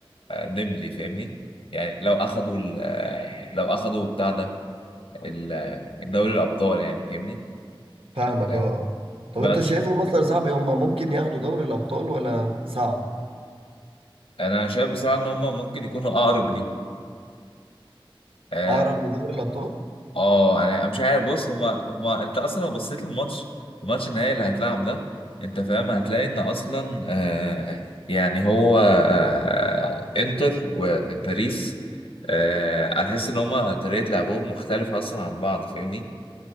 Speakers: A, on the left (about 80°); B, on the right (about 80°).
A: نملي فاهمني يعني لو اخدوا ال- آه، لو اخدوا بتاع ده ال- آه، الدوري الابطال يعني فاهمني
B: فاهمك
A: آه،
B: اه آه. طب
A: بس
B: انت شايفهم مثلا صعب هم ممكن ياخدوا دوري الابطال ولا صعب
A: انا شايف بصراحة ان هم ممكن يكونوا اقرب ليه آه،
B: اقرب لدوري الابطال
A: اه انا مش عارف بص هما هما انت اصلا لو بصيت للماتش الماتش النهائي اللي هيتلعب ده انت فاهم هتلاقي ان اصلا آه يعني هو آه انتر وباريس آه هتحس ان هما طريقة لعبهم مختلفة اصلا عن بعض فاهمني